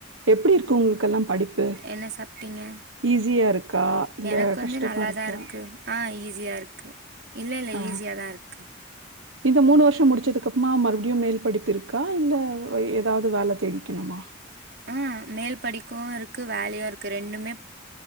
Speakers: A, on the right; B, on the right.
A: எப்டி இருக்கு உங்குளுக்கெல்லாம் படிப்பு
B: என்ன சாப்ட்டீங்க
A: ஈஸியாருக்கா இல்ல
B: எனக்கு
A: கஷ்டமா
B: வந்து நல்லா
A: இருக்கா
B: தா இருக்கு ஆ ஈஸியாருக்கு இல்ல இல்ல
A: ஆ
B: ஈஸியாதா இருக்கு
A: இந்த மூனு வருஷோ முடிச்சதுக்கு அப்பமா மறுபடியு மேல் படிப்பு இருக்கா இல்ல எதாவது வேலத் தேடிக்கணுமா
B: ஆ மேல் படிக்கவு இருக்கு வேலயு இருக்கு ரெண்டுமேப்